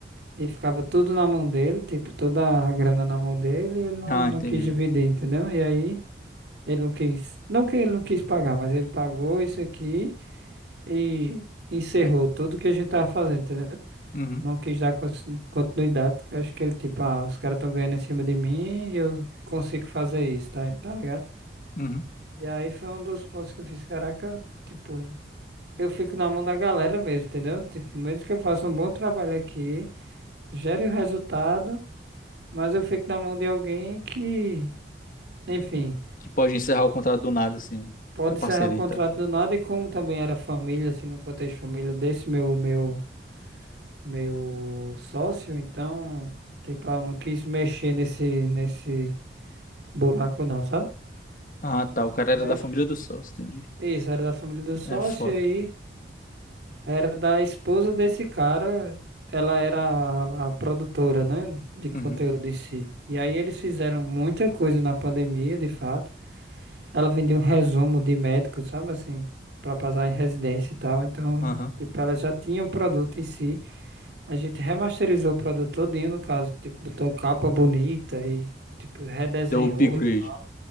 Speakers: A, on the right; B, on the left.
A: E ficava tudo na mão dele, tipo, toda a grana na mão dele, e ele não,
B: Ah,
A: não
B: entendi.
A: quis dividir, entendeu? E aí ele não quis, não que ele não quis pagar, mas ele pagou isso aqui e encerrou
B: Aí,
A: tudo que a gente tava fazendo, entendeu?
B: uhum,
A: Não quis dar cons- continuidade, porque eu acho que ele, tipo, ah, os caras estão ganhando em cima de mim e eu consigo fazer isso, tá, tá ligado?
B: uhum.
A: E aí foi um dos pontos que eu fiz, caraca, tipo, eu fico na mão da galera mesmo, entendeu? Tipo, mesmo que eu faça um bom trabalho aqui, gere o resultado. Mas eu fico na mão de alguém que, enfim,
B: Que, que pode encerrar o contrato do nada, assim. né,
A: pode
B: A parceria,
A: encerrar o contrato
B: tá?
A: do nada e como também era família, assim, no contexto família desse meu meu meu sócio, então, tipo, ah, eu não quis mexer nesse nesse buraco não, sabe?
B: Ah, tá. O cara era
A: E aí,
B: da família
A: f-
B: do sócio, entendi.
A: isso, era da família do sócio,
B: É foda.
A: e aí era da esposa desse cara, ela era a, a produtora, né, de conteúdo
B: Uhum,
A: em si. E aí eles fizeram muita coisa na pandemia, de fato. Ela vendia um resumo de médico, sabe assim, pra passar em residência e tal. Então,
B: aham.
A: tipo, ela já tinha o produto em si. A gente remasterizou o produto todinho, no caso, tipo, botou capa bonita e tipo redesenhou
B: Deu o upgrade.
A: e tal.